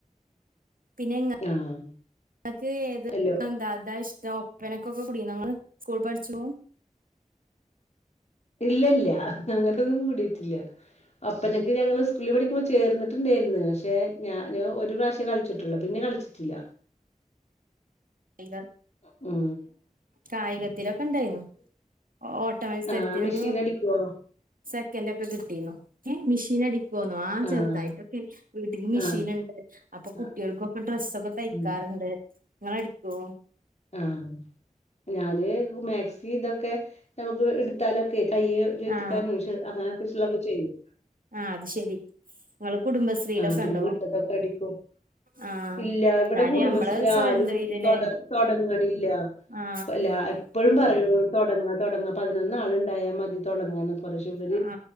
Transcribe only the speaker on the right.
പിന്നെങ്ങ
നിക്ക് ഏത്
എന്താ അതാ ഇഷ്ട ഒപ്പനക്കൊക്കെ കൂടിണോ ഇങ്ങള് സ്കൂൾ പഠിച്ചു പോ?
കൾ
കായികത്തിലൊക്കെ ണ്ടായിരുന്നു ഓട്ട മസരത്തിലൊക്കെ
നി
സെക്കന്റ് ഒക്കെ കിട്ടീന്നു. ഏ മെഷീൻ അടിക്കോന്നോ, ആ
ചെറുതായിട്ടൊക്കെ വീട്ടില് മെഷീൻണ്ട്.
അപ്പൊ കുട്ടികൾക്കൊക്കെ
ഡ്രസ്സൊക്കെ തയ്ക്കാറുണ്ട്
ഇങ്ങള് അടടിക്കോ?
ആ
ആ അത് ശെരി ഇങ്ങള് കുടുംബശ്രീയിലൊക്കെ
ഇണ്ടോ?
ആ
എന്നാല്
നമ്മള് സ്വയം
തൊഴിലില്ലേ
ആ
ആ